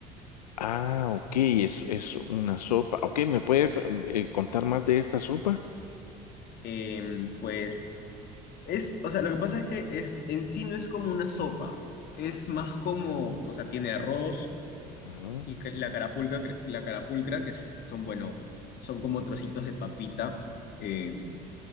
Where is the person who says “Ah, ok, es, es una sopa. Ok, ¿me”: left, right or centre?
Left